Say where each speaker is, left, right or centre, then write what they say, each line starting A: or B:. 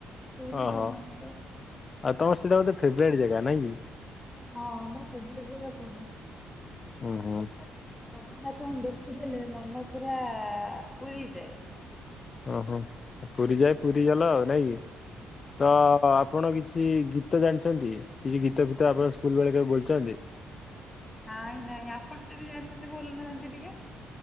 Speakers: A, on the left (about 15°); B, on the left (about 40°).
A: ପୁରୀ
B: ଓହୋ
A: କୋଣାର୍କ।
B: ଆଉ ତମର ସେଇଟା ବୋଧେ ଫେବରାଇଟ ଜାଗା ନାଇଁ କି?
A: ହଁ ମୁଁ ଭୁବନେଶ୍ୱର ରେ ପଢେ।
B: ହୁଁ ହୁଁ।
A: ଜଗନ୍ନାଥଙ୍କୁ ଦେଖି ଦେଲେ ମନ ପୁରା ପୁରିଯାଏ।
B: ଓହୋ ପୁରିଯାଏ ପୁରୀ ଗଲ ଆଉ ନାଇଁ କି ତ ଆପଣ କିଛି କି ଗୀତ ଜାଣିଚନ୍ତି କିଛି ଗୀତ ଫୀତ ଆପଣ ସ୍କୁଲ ବେଳେ କେବେ ବୋଲିଚନ୍ତି?
A: ନାଇଁ ନାଇଁ ଆପଣ ଯଦି ଜାଣିଛନ୍ତି ବୋଲୁ ନାହାନ୍ତି ଟିକେ।